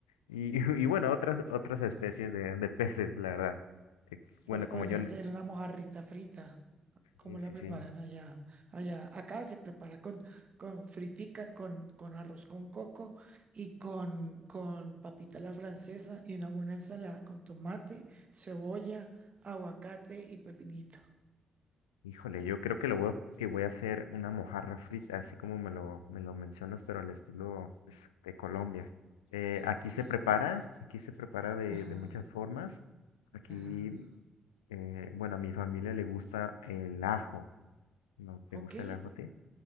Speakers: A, on the left; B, on the right.
A: Y, <laughs> y bueno, otras, otras especies de, de peces, la verdad. Eh, Bueno,
B: Pues podría
A: como yo... no-
B: ser una mojarrita frita. ¿Cómo
A: Sí, sí,
B: la preparan
A: sí.
B: allá? Allá, acá se prepara con, con fritica, con, con arroz con coco y con, con papita a la francesa y una buena ensalada con tomate, cebolla, aguacate y pepinito.
A: Híjole, yo creo que lo voy a, que voy a hacer una mojarra frita, así como me lo, me lo mencionas, pero al estilo pues, de Colombia. Eh, aquí
B: Sí.
A: se prepara, aquí se prepara de,
B: Ajá,
A: de muchas formas. Aquí,
B: ajá.
A: eh, bueno, a mi familia le gusta el ajo. ¿No te
B: Ok,
A: gusta el ajo a ti?